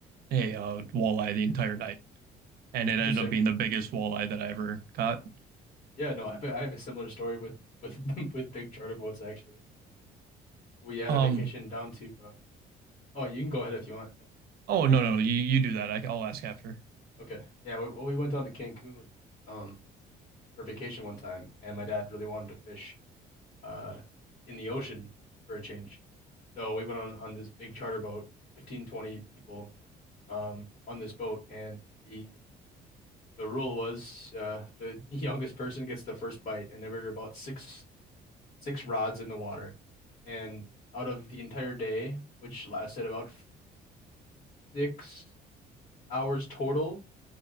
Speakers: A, on the right; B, on the left.
A: a uh, walleye the entire night, and it
B: Interesting.
A: ended up being the biggest walleye that I ever caught.
B: Yeah, no, I have a, I have a similar story with with <laughs> with big charter boats actually. We had
A: Um,
B: a vacation down to. Uh, oh, you can go ahead if you want. Yeah.
A: Oh no, no, no. You you do that. I, I'll ask after.
B: Okay. Yeah. We, well, we went down to Cancun um for vacation one time, and my dad really wanted to fish uh in the ocean for a change, so we went on on this big charter boat, 15 20 people. um, on this boat, and the the rule was uh, the youngest person gets the first bite, and there were about six six rods in the water, and out of the entire day, which lasted about f- six hours total,